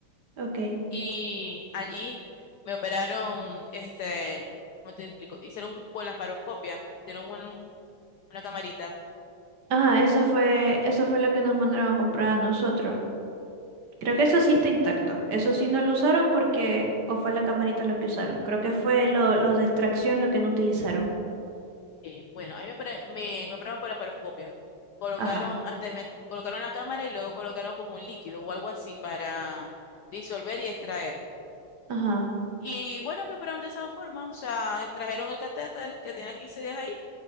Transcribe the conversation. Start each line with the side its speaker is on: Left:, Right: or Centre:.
Right: ok.
Left: y allí me operaron, este, ¿cómo te explico? Hicieron un- con la paroscopia, hicieron un- una camarita.
Right: Ajá,
Left: Sí.
Right: eso fue, eso fue lo que nos mandaron a comprar a nosotros. Creo que eso sí está intacto. Eso sí no lo usaron porque, o fue la camarita lo que usaron. Creo que fue lo, lo de extracción lo que no utilizaron.
Left: Eh, bueno, ahí me, opera- me, me operaron por la paroscopia. Colocaron,
Right: Ajá,
Left: antes me colocaron la cámara y luego colocaron como un líquido o algo así para disolver y extraer.
Right: ajá.
Left: Y bueno, me operaron de esa forma, o sea, extrajeron el catéter que tenía 15 días ahí,